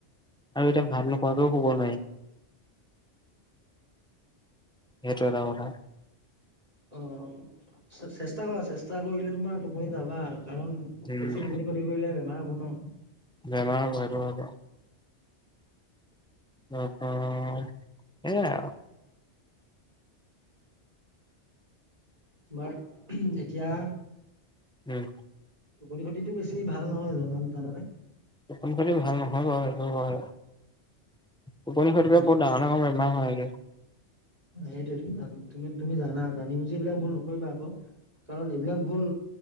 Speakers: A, in the centre; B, on the right.
A: আৰু এতিয়া ভাত নোখোৱাকেও শুব
B: অ'
A: নোৱাৰি। হেটো এটা কথা।
B: অ', চেষ্টা কৰা চেষ্টা কৰিলে তোমাৰ টোপনি যাবা। কাৰণ বেছি
A: উম
B: টোপনি ক্ষতি কৰিলে বেমাৰ হ'ব ন'।
A: বেমাৰ হয়েটো থাকে। <unintelligible> সেই আৰু
B: তোমাৰ ওহুম এতিয়া।
A: উম।
B: টোপনি ক্ষতিটো বেছি ভাল নহয় জানা জানানে?
A: টোপনি খতি ভাল নহয় বাৰু সেইটো হয় টোপনি খতি
B: উম
A: বহুত ডাঙৰ, ডাঙৰ বেমাৰ হয়গে।
B: সেইটোৱে টো তুমি তুমি জানা জানি বুজি এইবিলাক ভুল ন নকৰিবা আকৌ কাৰণ এইবিলাক ভুল